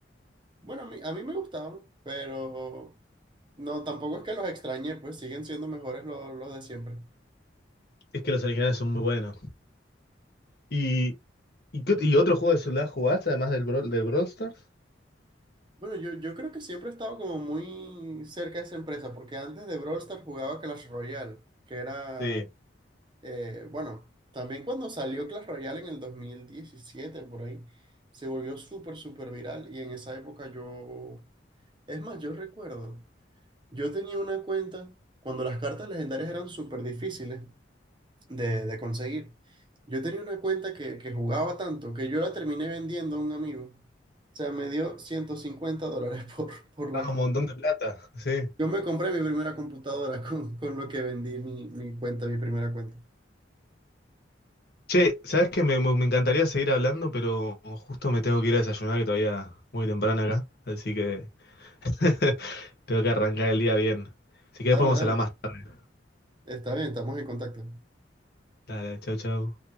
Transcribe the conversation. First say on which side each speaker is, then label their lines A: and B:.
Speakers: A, on the right; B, on the left.
A: Bueno, a mí, a mí me gustaban, pero no, tampoco es que los extrañé, pues siguen siendo mejores los, los de siempre.
B: Es que los originales son muy buenos. ¿Y, y, qué- y otro juego de celular jugaste además del Brawl, del Brawl Stars?
A: Bueno, yo, yo creo que siempre he estado como muy cerca de esa empresa, porque antes de Brawl Stars jugaba Clash Royale, que era,
B: Sí.
A: eh, bueno, también cuando salió Clash Royale en el 2017 por ahí, se volvió súper, súper viral y en esa época yo, es más, yo recuerdo, yo tenía una cuenta cuando las cartas legendarias eran súper difíciles de, de conseguir. Yo tenía una cuenta que, que jugaba tanto que yo la terminé vendiendo a un amigo. O sea, me dio 150 dólares <laughs> por, por la
B: Ah, un montón de plata. Sí.
A: yo me compré mi primera computadora <laughs> con, con lo que vendí mi, mi cuenta, mi primera cuenta.
B: Che, ¿sabes qué? Me, me me encantaría seguir hablando, pero justo me tengo que ir a desayunar, que todavía muy temprano acá. Así que <laughs> tengo que arrancar el día bien. Si querés
A: Dale,
B: podemos
A: dale.
B: hablar más tarde.
A: Está bien, estamos en contacto.
B: Dale, chau, chau.